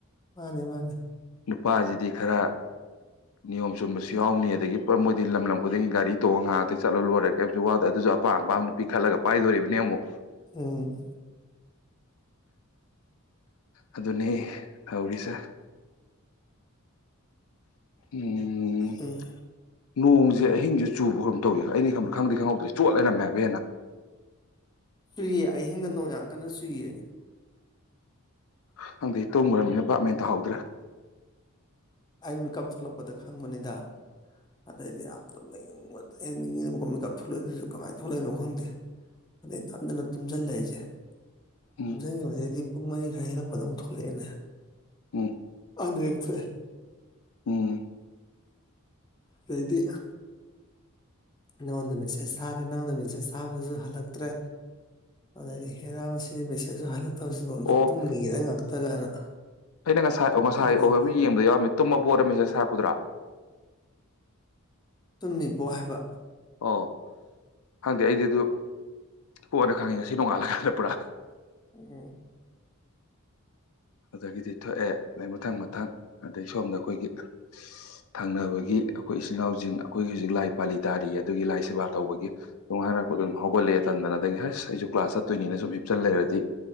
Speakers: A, on the left; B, on the left.
A: ꯃꯥꯅꯦ ꯃꯥꯅꯦ
B: ꯅꯨꯄꯥꯁꯤꯗꯤ ꯈꯔ ꯅꯤꯌꯣꯝ ꯆꯨꯝꯕꯁꯨ ꯌꯥꯎꯅꯤ ꯑꯗꯒꯤ ꯃꯣꯏꯗꯤ ꯂꯝ ꯂꯝ ꯈꯨꯗꯤꯡꯒꯤ ꯒꯥꯔꯤ ꯇꯣꯡꯉꯒ ꯉꯥꯏꯍꯥꯛꯇ ꯆꯠꯂ ꯂꯣꯏꯔꯒ ꯀꯔꯤꯝꯁꯨ ꯋꯥꯗꯦ ꯑꯗꯨꯁꯨ ꯑꯄꯥꯝ ꯑꯄꯥꯝꯕ ꯅꯨꯄꯤ ꯈꯜꯂꯒ ꯄꯥꯏꯗꯣꯔꯤꯕꯅꯦ ꯑꯃꯨꯛ
A: ꯎꯝ
B: ꯑꯗꯨꯅꯦ ꯇꯧꯔꯤꯁꯦ ꯎꯝ
A: ꯎꯝ
B: ꯅꯣꯡꯁꯦ ꯑꯍꯤꯡꯁꯨ ꯆꯨꯕ ꯀꯩꯅꯣꯝ ꯇꯧ ꯑꯩ ꯈꯪꯗꯤ ꯈꯪꯍꯧꯗ꯭ꯔꯦ ꯆꯣꯠ ꯂꯩꯔꯝꯃꯦ ꯍꯥꯏꯕ ꯍꯦꯟꯅ
A: ꯆꯨꯏꯌꯦ ꯑꯍꯤꯡꯗ ꯅꯣꯡ ꯌꯥꯝ ꯀꯟꯅ ꯆꯨꯏꯌꯦ
B: ꯈꯪꯗꯦ ꯇꯨꯝꯃꯨꯔꯕꯅꯤꯅ ꯕꯥꯕ ꯃꯦꯟ ꯇꯥꯍꯧꯗ꯭ꯔꯦ
A: ꯑꯩ ꯃꯤꯀꯞ ꯊꯣꯛꯂꯛꯄꯗ ꯈꯪꯕꯅꯤꯗ ꯑꯗꯩꯗꯤ ꯌꯥꯝ ꯇꯨꯝꯅꯤꯡꯃꯟꯉꯤ ꯃꯤꯀꯞ ꯊꯣꯛꯂꯛꯏꯗꯨꯁꯨ ꯀꯃꯥꯏꯅ ꯊꯣꯛꯂꯛꯏꯅꯣ ꯈꯪꯗꯦ ꯑꯗꯩ ꯅꯝꯗꯨꯅ ꯇꯨꯝꯁꯤꯜꯂꯦ ꯑꯩꯁꯦ
B: ꯎꯝ
A: ꯇꯨꯝꯖꯤꯟꯒꯤꯕꯗꯒꯤꯗꯤ ꯄꯨꯡ ꯃꯔꯤ ꯩꯅꯀ ꯑꯗꯨꯝ ꯊꯣꯛꯂꯛꯑꯦꯅꯦ
B: ꯎꯝ
A: ꯑꯗꯨꯗꯒꯤ ꯊꯣꯛꯑꯦ
B: ꯎꯝ
A: ꯑꯗꯩꯗꯤ ꯅꯉꯣꯟꯗ ꯃꯦꯁꯦꯖ ꯊꯥꯔꯦ ꯅꯉꯣꯟꯗ ꯃꯦꯁꯦꯖ ꯊꯥꯕꯗꯁꯨ ꯍꯜꯂꯛꯇ꯭ꯔꯦ ꯑꯗꯩꯗꯤ ꯍꯦꯔꯥ ꯁꯤ ꯃꯦꯁꯦꯖꯁꯨ ꯍꯜꯂꯛ ꯃ ꯊꯁꯤꯐ ꯑꯝꯇ
B: ꯑꯣ
A: ꯇꯨꯝꯒꯤꯑꯦꯗ ꯉꯥꯏꯍꯥꯛꯇ ꯀꯥꯏꯅ
B: ꯑꯩꯅ ꯉꯁꯥꯏ
A: ꯑꯗꯨꯨꯝ
B: ꯑꯣ ꯉꯁꯥꯏ
A: ꯊꯣꯛꯍꯂꯕ
B: ꯑꯣ ꯃꯤ ꯌꯦꯡꯕꯗ ꯌꯥꯎꯔꯝꯃꯤ ꯇꯨꯝꯃꯕꯣꯅ ꯃꯦꯁꯦꯖ ꯊꯥꯔꯛꯄꯗꯨꯔꯥ
A: ꯇꯨꯝꯃꯤꯕꯣ ꯍꯥꯏꯕ
B: ꯑꯣ ꯈꯪꯗꯦ ꯑꯩꯗꯤ ꯑꯗꯨ ꯀꯣꯟꯅ ꯈꯪꯉꯤ ꯉꯁꯤ ꯅꯣꯡꯉꯥꯜꯂ ꯀꯥꯟꯗ ꯄꯨꯔꯥ
A: ꯎꯝ
B: ꯑꯗꯒꯤꯗꯤ ꯊꯣꯛꯑꯦ ꯑꯗꯩ ꯃꯊꯪ ꯃꯊꯪ ꯑꯗꯩ ꯁꯣꯝꯗ ꯑꯩꯈꯣꯏꯒꯤ ꯊꯪꯅꯕꯒꯤ ꯑꯩꯈꯣꯏ ꯏꯆꯤꯟ ꯏꯅꯥꯎꯁꯤꯡ ꯑꯩꯈꯣꯏꯒꯤ ꯍꯧꯖꯤꯛ ꯂꯥꯏ ꯄꯥꯂꯤ ꯇꯥꯔꯤꯌꯦ ꯑꯗꯨꯒꯤ ꯂꯥꯏ ꯁꯦꯕꯥ ꯇꯧꯕꯒꯤ ꯇꯣꯡꯉꯥꯏꯅꯔꯛꯄ ꯑꯗꯨꯝ ꯍꯧꯒꯠꯂꯛꯑꯦ ꯇꯟꯗꯅ ꯑꯗꯒꯤ ꯍꯁ ꯑꯩꯁꯨ ꯀ꯭ꯂꯥꯁ ꯆꯠꯇꯣꯏꯅꯤꯅ ꯁꯨꯝ ꯍꯤꯞꯆꯜ ꯂꯩꯔꯗꯤ